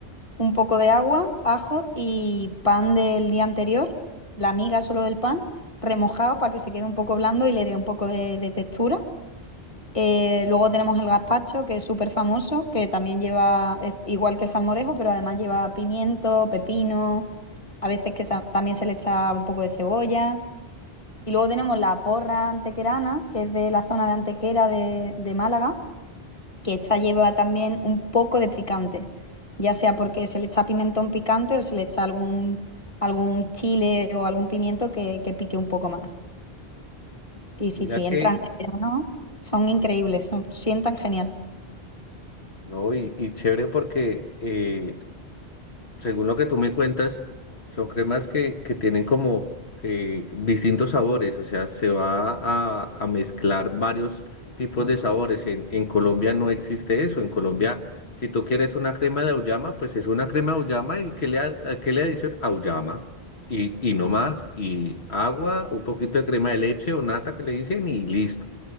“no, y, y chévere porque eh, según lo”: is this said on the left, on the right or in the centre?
Left